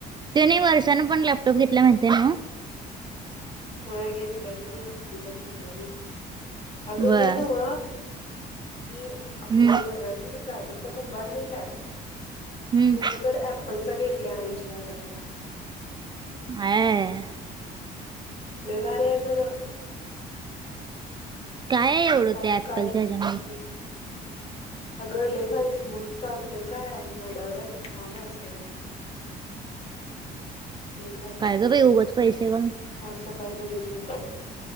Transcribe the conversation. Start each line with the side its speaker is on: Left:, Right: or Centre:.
Right: ते नाही वर्षानं पण लॅपटॉप घेतल्या माहितीय नव्हं.
Left: व्हयं घेतल्या की एच पी चा घेतल्या बई अगं
Right: बर
Left: ते नव हि आपल्या
Right: हम्म
Left: ते वर्गातली प्राजक्ता कुंभार नाही काय
Right: हम्म
Left: तिनं तर ऍप्पलचा घेतल्या ऐंशी हजारचा.
Right: आयाययययय...
Left: लई भारी हाय खरं.
Right: काय.
Left: आज
Right: त्या ऍपलच्या
Left: काढल्या
Right: ह्याच्यामध्ये
Left: म्हणजे- अगं लई भारी स्मूथ चालतोय काय आणि एवढा -एवढा असं छान आहे असं. लई भारी
Right: काय
Left: आहे,
Right: ग बाई उगच पैसे घालून
Left: आज सकाळी बघितलो.